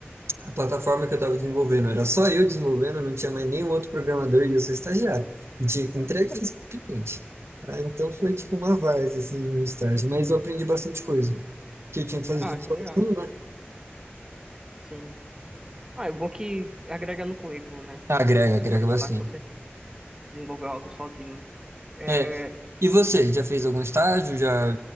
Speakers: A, on the right (about 85°); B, on the right (about 15°).
A: a plataforma que eu estava desenvolvendo. Era só eu desenvolvendo, não tinha mais nenhum outro programador e eu sou estagiário. E tinha que entregar isso para o cliente. Ah, então foi tipo uma várzea, assim, no estágio. Mas eu aprendi bastante coisa. Porque eu tinha que fazer
B: Ah,
A: tudo
B: que
A: sozinho,
B: legal.
A: né?
B: Sim. Ah, é bom que agrega no currículo, né?
A: Ah, Agrega,
B: Tipo, Você
A: agrega
B: pode
A: bastante.
B: falar que você desenvolveu algo sozinho. É,
A: É. E você, já fez algum estágio? Já